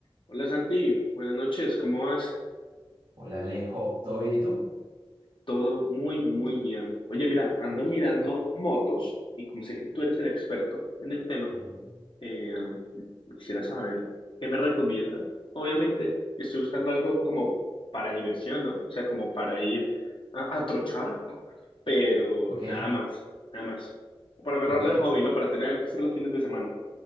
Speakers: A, on the left; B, on the right.
A: Hola Santi, buenas noches, ¿cómo vas?
B: Hola Alejo, ¿todo bien y tú?
A: Todo muy, muy bien. Oye, mira, ando mirando motos y como sé que tú eres el experto en el tema,
B: Mm.
A: eh, quisiera saber qué me recomiendas. Obviamente estoy buscando algo como para diversión, ¿no? O sea, como para ir a, a trochar, pero
B: Ok,
A: nada más, nada más. O Para agarrarla
B: ok.
A: de hobby, ¿no? Para tener algo que hacer los fines de semana.